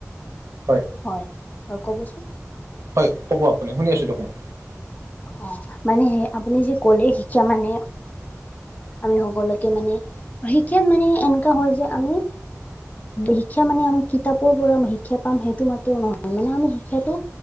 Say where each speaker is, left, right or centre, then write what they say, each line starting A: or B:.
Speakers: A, on the right; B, on the left.
A: হয়।
B: হয়। হয় ক'বচোন?
A: হয়। ক'ব আপুনি শুনি আছো দিয়ক মই।
B: অ মানে হে আপুনি যে কলে শিক্ষা মানে। আমি সকলোকে মানে শিক্ষা মানে এনেকা হয় যে আমি, শিক্ষা মানে আমি কিতাপৰ পৰা শিক্ষা পাম সেইটো মাত্ৰেও নহয়। ‌ মানে আমি শিক্ষাটো,